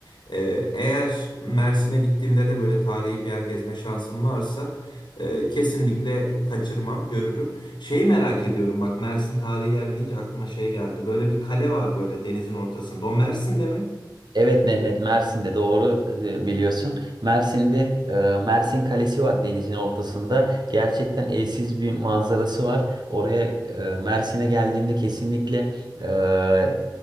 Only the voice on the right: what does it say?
Evet Mehmet Mersin'de doğru e, biliyorsun. Mersin'de e, Mersin Kalesi var denizin ortasında. Gerçekten eşsiz bir manzarası var. Oraya e, Mersin'e geldiğinde kesinlikle e,